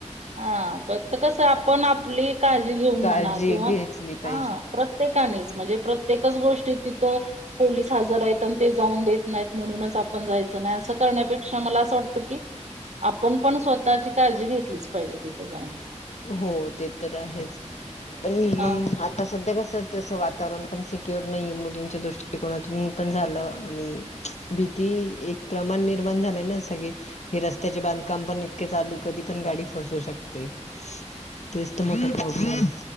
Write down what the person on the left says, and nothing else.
काळजी
घेतली पाहिजे.
हो ते तर आहेच पण
मंग आता सध्या कस तसं वातावरण पण सिक्युर नाही मुलींच्या दृष्टिकोनातून पण झालं आणि भीती एक प्रमाण निर्माण झालंय ना सगळी हे रस्त्याचे बांधकाम पण इतके चालू कधी पण गाडी फसू शकते. तेच तर मोठा प्रॉब्लेम आहे.